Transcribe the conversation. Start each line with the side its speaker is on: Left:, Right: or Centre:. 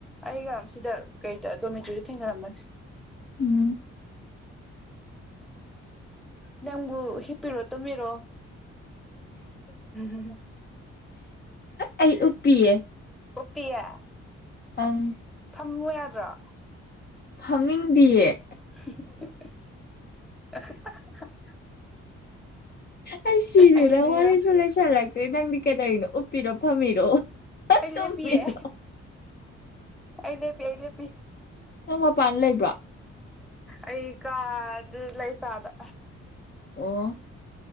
Centre: ꯑꯩꯒ ꯁꯤꯗ ꯀꯩꯗ ꯗꯣꯃꯤꯇꯣꯔꯤꯗ ꯊꯦꯡꯅꯔꯝꯕꯅꯤ
Left: ꯎꯝ
Centre: ꯅꯪꯕꯨ ꯍꯤꯞꯄꯤꯔꯣ ꯇꯨꯝꯕꯤꯔꯣ ꯎꯝ ꯎꯝ
Left: ꯑꯩ ꯎꯞꯄꯤꯤꯑ
Centre: ꯑꯣꯄꯌꯥ
Left: ꯑꯪ
Centre: ꯊꯝꯃꯨ ꯌꯥꯗ꯭ꯔꯥ
Left: ꯐꯪꯅꯤꯡꯗꯤꯌꯦ
Centre: <unintelligible>
Left: ꯑꯩ ꯁꯤꯔꯦ
Centre: ꯑꯩꯗꯤ
Left: ꯅꯪ ꯋꯥꯔꯤꯁꯨ
Centre: ꯑꯩ
Left: ꯂꯩꯁꯜꯂꯛꯇ꯭ꯔꯦ ꯅꯪꯗꯤ ꯀꯗꯧꯅꯣ ꯎꯞꯄꯤꯔꯣ ꯐꯝꯃꯤꯔꯣ ꯇꯨꯝꯕꯤꯔꯣ
Centre: ꯂꯦꯞꯄꯤꯌꯦ ꯑꯩ ꯂꯦꯞꯄꯤ ꯑꯩ ꯂꯦꯞꯄꯤ
Left: ꯅꯪ ꯃꯄꯥꯟ ꯂꯩꯕ꯭ꯔꯣ
Centre: ꯑꯩ ꯀ ꯑꯗꯨ ꯂ ꯂꯩ ꯀꯗ
Left: ꯑꯣ